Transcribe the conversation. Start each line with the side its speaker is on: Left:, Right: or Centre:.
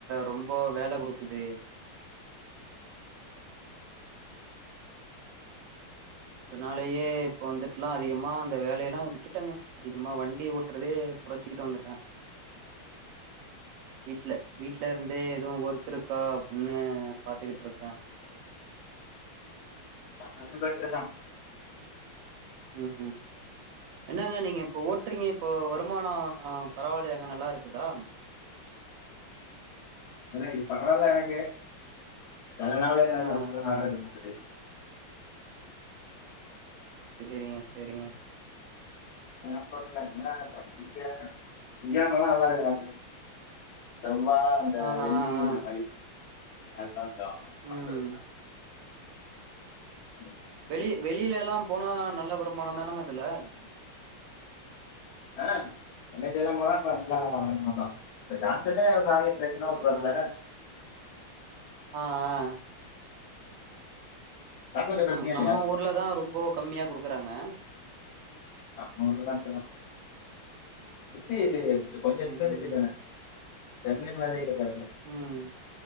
Right: ரொம்ப வேல குடுக்குது அதனாலேயே இப்ப வந்துட்டுலா அதிகமா அந்த வேலையெல்லா விட்டுட்டங்க அதிகமா வண்டி ஓட்டறதே குறைச்சிகிட்டு வந்துட்ட வீட்ல வீட்ல இருந்தே எதுவு ஒர்க் இருக்கா அப்பன்னு பாத்துகிட்டு இருக்கே
Left: அதும் பெட்ருதா
Right: ம் ம் என்னங்க நீங்க இப்ப ஓட்றிங்க இப்போ வருமான பரவால்லையாங்க நல்லாருக்குதா
Left: இல்ல இது பரவால எனக்கு செல நாள் <unintelligible> வேல இருக்க
Right: ஆ
Left: மாட்டது
Right: சேரிங்க செரிங்க
Left: திங்க கெழமலா நல்லா இருக்காது செவ்வா அந்த
Right: ஆ
Left: வெள்ளி
Right: ஆ
Left: இந்த
Right: ஆ
Left: மாரி நல்லா ஞ்ச நல்லெண்ண
Right: ம்
Left: ம்
Right: வெளி வெளியில எல்லாம் போனா நல்ல வருமானம் தானங்க அதுல
Left: ஆ சென்னைக்கு எல்லாம் போன இப்ப நல்லா வருமானந்தா <unintelligible> நேத்தின்னா
Right: ஆ
Left: ஒட்ராப்ல
Right: ஆ. ஆ ஆ
Left: ஜான்சன்ட்ட பேசுனியா
Right: நம் நம்ம
Left: இல்லையா
Right: ஊர்ல தா ரொம்போ கம்மியா குடுக்குறாங்க
Left: நம்ம ஊர்லதா அப்டிதா <unintelligible> இது கொஞ்ச
Right: ம்
Left: சின்ன சிட்டி
Right: ம்.
Left: தான சென்னை மாரி இங்க இருக்காதுல்ல
Right: ம்.